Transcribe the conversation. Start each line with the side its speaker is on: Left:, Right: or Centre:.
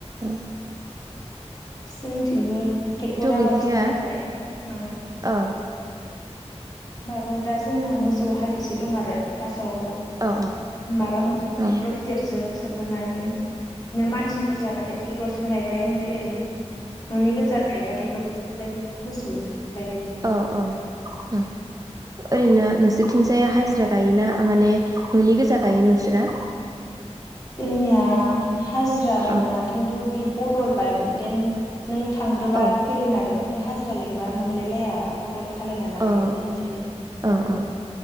Right: उम
Left: जोंथिंबो ट्रेक्टरा
Right: गैखाया
Left: बांसिन जाबाय ओं होमबाबो
Right: औ
Left: दा जोंहा मोसौ औ हालिसे दं आरो फास औ
Right: औ
Left: माबा
Right: औ
Left: ट्रेक्टर गिदिरजों सोग्रोनानै नो मानसि बुरजाबाथाय टेक टरजों गायबाय ओमफ्राय ओरैनो ननि गोजा गायबाथाय दब्लासे सब्लायनैबा मोसौ उजोंनो
Right: औ औ ओरैनो नोंसोरथिंजाया हाजिरा गायोना माने ननि गोजा गायो नोंसोरना
Left: जोंनिया हाजिरा
Right: औ
Left: मोना खिन्थु बे बदल बा देन नों थांग्रोबा
Right: औ
Left: फैगोन आरो खिन्थु हाजिरा लें बा मोनलायलाया बदल खालायना लालायलायनाय
Right: औ
Left: जायो
Right: औ औ